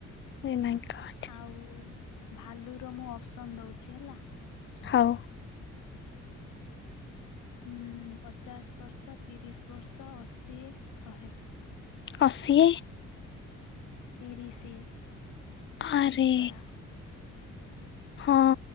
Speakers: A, on the left; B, on the left.
A: ଏ ମାଇଁ ଗଡ଼।
B: ଆଉ ଭାଲୁ ର ମୁଁ ଅପସନ୍ ଦଉଛି ହେଲା।
A: ହଉ।
B: ହୁଁ ପଚାଶ ବର୍ଷ ତିରିଶ୍ ବର୍ଷ ଅଶୀ ଶହେ?
A: ଅଶୀ।
B: ତିରିଶି
A: ଆରେ
B: ବିଚରା।
A: ହଁ